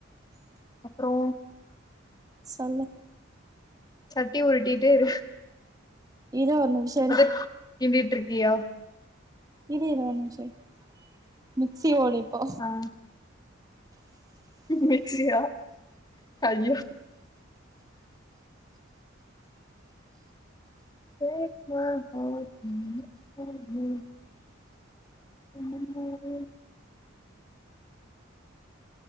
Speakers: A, on the left; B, on the right.
A: அப்றோ
B: சொல்லு
A: சட்டி உரிட்டிட்டே இரு
B: இரு ஒரு நிமிஷ்
A: அது கிண்டிட்டு ருக்கியா
B: இரு இரு ஒரு நிமிஷோ இரு மிக்சி ஓடு இப்போ
A: ஆ மிக்ஸியா அய்யோ தேக் மார்க் ஓ ம் அது இன்னுமா வரலை